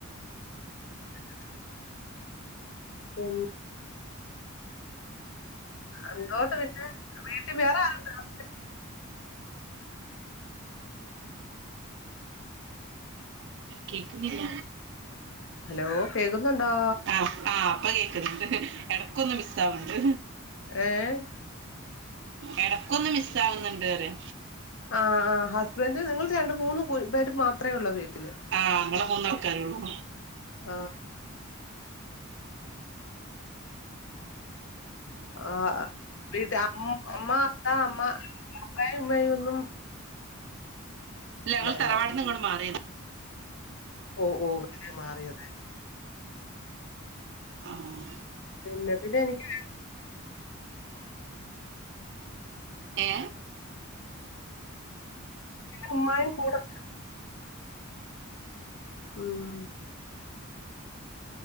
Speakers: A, on the left; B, on the right.
A: <inaudible> ഉം എന്തോണ്ട് പിന്നെ വീട്ടിൽ വേറെ ആരുണ്ട് ഹസ്ബൻ്റ
B: കേക്കിന്നില്ല?
A: ഹലോ കേൾക്കുന്നുണ്ടോ?
B: ആഹ് ആഹ് ഇപ്പ കേക്കിണ്ണ്ട് ഇടക്കൊന്ന് മിസ്സ് ആവണ്ട്
A: ഏഹ്
B: ഇടക്കൊന്ന് മിസ്സവുന്നുണ്ട് പറയ
A: ആ ആ ഹസ്ബൻ്റ നിങ്ങള് രണ്ട് മൂന്ന് പേര് മാത്രമേ ഉള്ളൂ വീട്ടില്.
B: ആ അങ്ങെ മൂന്നാൾക്കാരേള്ളൂ.
A: ആ ആഹ് വീട്ട അമ്മ, അത്ത, അമ്മ അമ്മ ഉമ്മയും ഒന്നും
B: ല്ല
A: ഇല്ല
B: ഞങ്ങള്
A: അല്ലേ
B: തറവാട് നിന്ന്ങ്ങോട്ട് മാറിണ്.
A: ഓഹ് ഹ് ഇങ്ങട്ട് മാറിയതാലേ?
B: ആഹ്
A: പിന്നെ പിന്നെ എനിക്ക്
B: ഏ
A: ഉമ്മായും കൂടെ ഉം